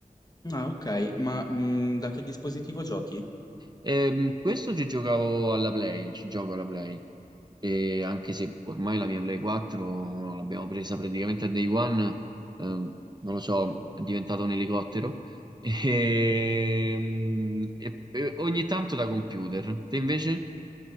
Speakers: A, on the left; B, on the right.
A: Ah, ok, ma mm, da che dispositivo giochi?
B: Ehm, questo ci giocavo alla Play, ci gioco alla Play. E anche se ormai la mia Play 4 l'abbiamo presa praticamente a day one, ehm, non lo so, è diventato un elicottero. <laughs> E, mm, e- e ogni tanto da computer. Te invece?